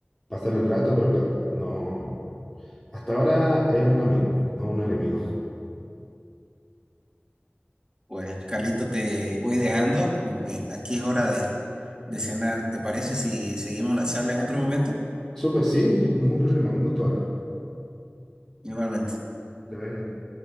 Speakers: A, on the left (about 15°); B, on the right (about 20°).
A: pasar el rato, pero claro, no, hasta ahora es un amigo, no un enemigo.
B: pues Carlito te voy dejando como que aquí es hora de de cenar ¿te parece si seguimos la charla en otro momento?
A: Súper, sí, ningún problema, un gusto.
B: Igualmente.
A: Que te vaya bien.